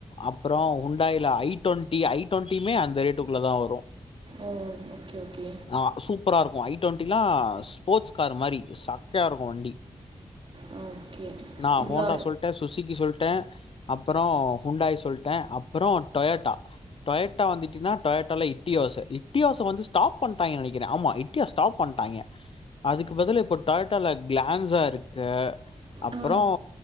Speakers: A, on the left (about 50°); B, on the right (about 45°).
A: அப்றோ ஹுண்டாயில ஐ டொன்ட்டி ஐ டொன்ட்டியுமே அந்த ரேட்டுக்குள்ள தா வரு
B: ஓ ஓகே ஓகே
A: ஆஹ் சூப்பரா இருக் ஐ டோன்ட்டிலா ஸ்போர்ட்ஸ் கார் மாரி சக்கையா இருக்கும் வண்டி
B: ஆ ஓகே
A: நா
B: இவ்வளோ
A: ஹோன்டா சொல்ட்டேன் சுசுக்கி சொல்லிட்டேன் அப்பறோ ஹூண்டாயி சொல்டேன் அப்புறம் டோயாட்டா டோயாட்டா வந்துச்சின்னா டோயாட்டால இட்டியோச இட்டியோச வந்து ஸ்டாப் பண்டாங்கன் நினைக்கிறன் ஆமா இட்டியோச ஸ்டாப் பண்டாங்க அதுக்கு பதிலா இப்போ டொயோட்டால கிளான்ஸா இருக்கு அப்புறம்
B: ஆ